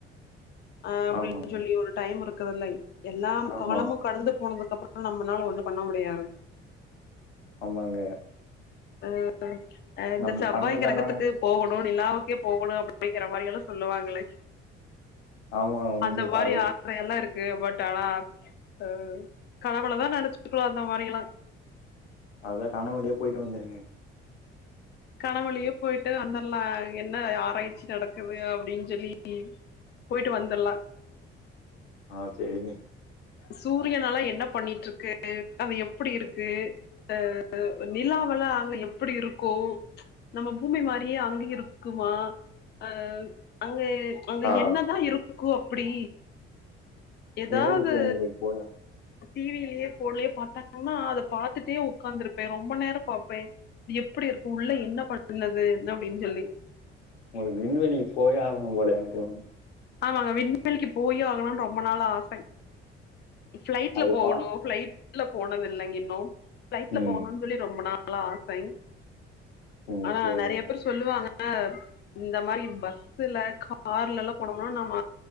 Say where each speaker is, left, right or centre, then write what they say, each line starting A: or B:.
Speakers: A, on the left; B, on the left.
A: அ அப்டின்
B: ஆமாங்க
A: சொல்லி ஒரு டைம் இருக்குதுல்ல எல்லா
B: ஆமா
A: காலமு கடந்து போனதுக்கு அப்பற நம்மளால ஒன்னு பண்ண முடியாது
B: ஆமாங்க
A: ம் இந்த
B: நம்ம
A: செவ்வாய்
B: பண்ணதானா
A: கிரகத்துக்கு போகணு நிலாவுக்கே போகணு அப்டிங்கிற மாரி எல்லா சொல்லுவாங்களே
B: ஆமா உங்களுக்கு
A: அந்த மாரி
B: அது
A: அதுயெல்லா இருக்கு பட் ஆனா அ கனவுலதா நெனச்சுக்கனு அந்த மாரி எல்லா
B: அதா கனவுலயே போய்ட்டு வந்துருங்க
A: கனவுலயே போய்ட்டு வந்தர்லா என்ன ஆராய்ச்சி நடக்குது அப்டின் சொல்லி போய்ட்டு வந்துர்லா
B: ஆ செரிங்க
A: சூரியனாலா என்ன பண்ணிட்ருக்கு அது எப்டி இருக்கு அ நிலாவலா அங்க எப்டி இருக்கு நம்ம பூமி மாரியே அங்க இருக்குமா அ அங்க அங்க
B: ஆ
A: என்னதா இருக் கு அப்டி எதாது
B: நிலவுக்கு உங்களுக்கு போயா
A: டிவிலயே போன்லயே பாத்தாங்கனா அத பாத்துட்டே உக்காந்துருப்பே ரொம்ப நேர பாப்பே எப்டி இருக்கு உள்ள என்ன பண்ணது அப்டின் சொல்லி
B: உங்களுக்கு விண்வெளி போயே ஆகணு போல எனக்கு <unintelligible>
A: ஆமாங்க விண்வெளிக்கு போயே ஆகணுன் ரொம்ப நாளா ஆசை ஃபிளைட்ல
B: அது
A: போகணு
B: பா
A: ஃபிளைட்ல போனது இல்லைங்க இன்னு ஃபிளைட்ல
B: ம்.
A: போகணுன் சொல்லி ரொம்ப நாளா ஆசை
B: ம்.
A: ஆனா
B: சரிங்க.
A: நெறய பேர் சொல்லுவாங்க இந்த மாரி பஸ்ல கார்லல்லா போனம்னா நம்ம